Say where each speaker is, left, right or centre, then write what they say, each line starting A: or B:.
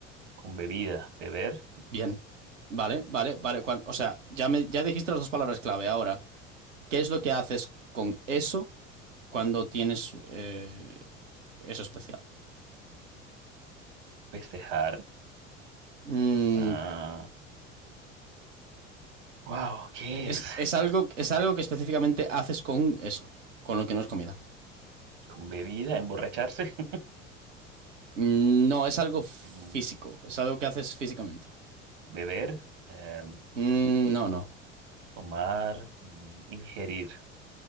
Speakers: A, on the right; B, on the right.
A: con bebida, beber,
B: Bien. Vale, vale, vale. cuan- o sea, ya me, ya dijiste las dos palabras clave. Ahora, ¿qué es lo que haces con eso cuando tienes eh, eso especial?
A: festejar.
B: Mm,
A: Ah, wow, ¿qué
B: es,
A: es?
B: es algo, es algo que específicamente haces con eso, con lo que no es comida.
A: Con bebida, emborracharse, <laughs>
B: Mm, no, es algo físico,
A: mm,
B: es algo que haces físicamente.
A: beber, em,
B: Mm, No, no,
A: tomar, mm, ingerir.